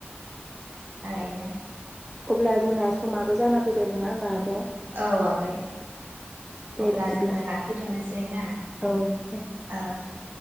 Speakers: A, on the right; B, in the centre.
A: थारैनो
B: अब्ला जोंना समाबो जाना फैबाय नङा होमबा आ
A: औ आगै
B: दे
A: अब्ला
B: बिदिब्ला
A: जोङो लाखिथ'नोसै ना
B: औ दे
A: औ दे।